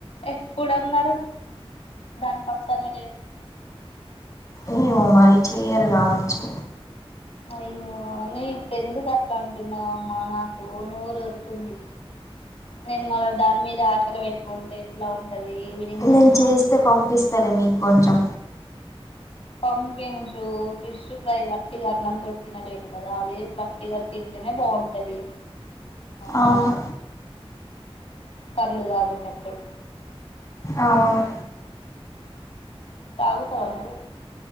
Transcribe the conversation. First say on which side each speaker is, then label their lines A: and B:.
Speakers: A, on the left; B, on the left.
A: ఎప్పుడు అన్నారు దాని పక్కానే
B: ఏమో మరీ చెయరు కావచ్చు
A: అయ్యో నువ్వు ఇప్పుడు ఎందుకు అట్లా అంటున్నావమ్మా నాకు నోరు ఉరుతుంది నేను మళ్ళ దాని మీద ఆ చల పెట్టుకుంటే ఎట్లా ఉంటది ఈవినింగ్ నాన్
B: నేను
A: మా
B: చేస్తే
A: అమ్
B: పంపిస్తాలే మీకు కొంచెం
A: పంపించు ఫిష్ ఫ్రై వట్టి కరణం. ఎవడు తినలేను కదా అది వట్టిగా తింటేనే బాగుంటది మన
B: అవును
A: కళ్ళు తాగేటప్పుడు
B: అవును
A: తాగుతవా నువ్వు